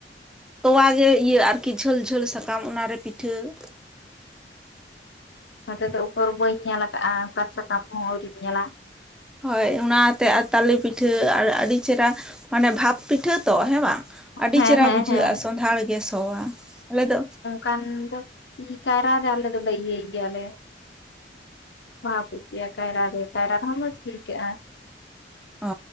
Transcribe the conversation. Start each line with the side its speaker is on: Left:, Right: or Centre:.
Centre: ᱛᱚᱣᱟ ᱜᱮ ᱤᱭᱟᱹ ᱟᱨᱠᱤ ᱡᱷᱟᱹᱞ ᱡᱷᱟᱹᱞ ᱥᱟᱠᱟᱢ ᱚᱱᱟᱨᱮ ᱯᱤᱴᱷᱟᱹ ᱾
Left: ᱱᱚᱛᱮ ᱫᱚ ᱩᱠᱚᱨ ᱵᱟᱹᱧ ᱧᱮᱞ ᱟᱠᱟᱜᱼᱟ, ᱚᱠᱟᱱ ᱥᱟᱠᱟᱢ ᱦᱚᱸ ᱟᱹᱣᱨᱤᱧ ᱧᱮᱞᱟ᱾
Centre: ᱦᱳᱭ ᱚᱱᱟᱛᱮ ᱟᱨ ᱛᱟᱞᱮ ᱯᱤᱴᱷᱟᱹ ᱟᱨ ᱟᱹᱰᱤ ᱪᱮᱦᱨᱟ, ᱢᱟᱱᱮ ᱵᱷᱟᱵᱽ ᱯᱤᱴᱷᱟᱹ ᱛᱚ ᱦᱮᱸ ᱵᱟᱝ? ᱟᱹᱰᱤ
Left: ᱦᱮᱸ
Centre: ᱪᱮᱦᱨᱟ
Left: ᱦᱮᱸ
Centre: ᱵᱩᱡᱷᱟᱹᱜᱼᱟ,
Left: ᱦᱮᱸ
Centre: ᱥᱚᱸᱫᱷᱟᱲ ᱜᱮ ᱥᱚᱣᱟ ᱾ ᱟᱞᱮ ᱫᱚ
Left: ᱠᱟᱱ ᱫᱚ ᱤ ᱠᱟᱭᱨᱟ ᱨᱮ ᱟᱞᱮ ᱫᱚᱞᱮ ᱤᱭᱟᱹᱭ ᱜᱮᱭᱟᱞᱮ, ᱵᱷᱟᱵᱽ ᱤᱭᱟᱹ ᱠᱟᱭᱨᱟ ᱨᱮ, ᱠᱟᱭᱨᱟ ᱨᱮᱦᱚᱸ ᱢᱚᱡᱽ ᱜᱮ ᱤᱭᱠᱮᱜᱼᱟ᱾
Centre: ᱚ ᱾